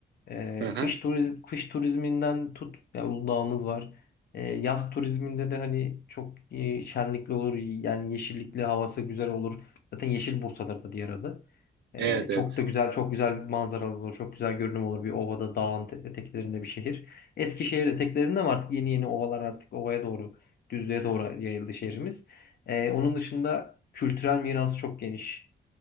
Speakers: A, on the left; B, on the right.
A: Ee,
B: Aha.
A: kış turiz kış turizminden tut yani Uludağ'ımız var. Ee, yaz turizminde de hani çok e, şenlikli olur. Yani yeşillikli havası güzel olur. Zaten Yeşil Bursa'dır da diğer adı. Ee,
B: Evet
A: çok
B: evet
A: da güzel, çok güzel bir manzara olur. Çok güzel görünüm olur. Bir ovada, dağın te- eteklerinde bir şehir. Eskişehir eteklerinde ama artık yeni yeni ovalar artık ovaya doğru, düzlüğe doğru yayıldı şehrimiz. Ee, onun dışında kültürel mirası çok geniş.